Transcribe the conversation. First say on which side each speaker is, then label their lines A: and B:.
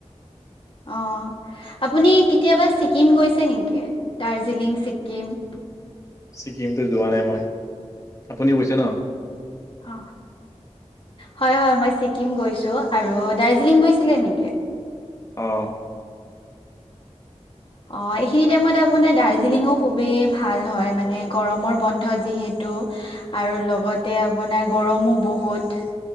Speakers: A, on the left; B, on the left.
A: অ আপুনি কেতিয়াবা ছিকিম গৈছে নেকি দাৰ্জিলিং ছিকিম
B: ছিকিমতো যোৱা নাই মই আপুনি গৈছে ন
A: অ হয় হয় মই ছিকিম গৈছোঁ আৰু দাৰ্জিলিং গৈছিলে নেকি
B: আহ
A: অ এইখিনি টাইমত আপোনাৰ দাৰ্জিলিঙো খুবেই ভাল হয় মানে গৰমৰ বন্ধ যিহেতু টো আৰু লগতে আপোনাৰ গৰমো বহুত